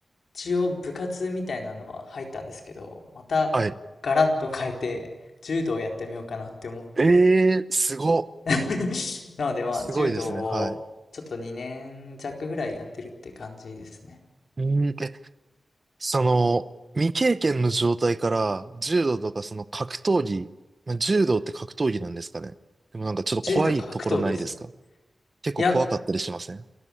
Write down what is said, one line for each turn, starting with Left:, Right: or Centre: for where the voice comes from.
Left: 一応部活みたいなのは入ったんですけど、またガラッと変えて柔道をやってみようかなって思って、
Right: はい。ええすご。
Left: <laughs> なのでまあ柔道をちょっと2年弱ぐらいやってるって感じですね。
Right: すごいですね。はい。うん。え、その、未経験の状態から柔道とかその格闘技、まあ、柔道って格闘技なんですかね。でもなんかちょっと怖いところないですか
Left: 柔道格闘技ですね。
Right: 結構怖かったりしません
Left: いや、